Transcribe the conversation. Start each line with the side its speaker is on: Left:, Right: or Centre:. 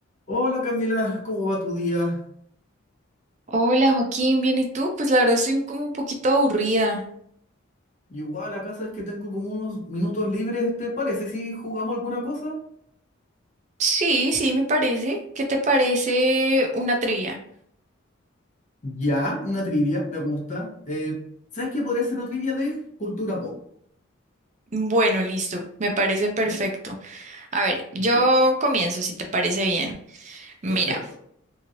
Left: Hola Camila, ¿cómo va tu día?
Right: Hola Joaquín, bien, ¿y tú? Pues la verdad estoy como un poquito aburrida.
Left: Igual acá sabes que tengo como unos minutos libres, ¿te parece si jugamos alguna cosa?
Right: Sí, sí, me parece. ¿Qué te parece una trivia?
Left: Ya, una trivia, me gusta. Eh, ¿sabes qué podría ser una trivia de cultura pop?
Right: Bueno, listo, me parece perfecto.
Left: ¿eh?
Right: A ver, yo
Left: Ya,
Right: comienzo, si te parece bien. Mira,
Left: perfecto.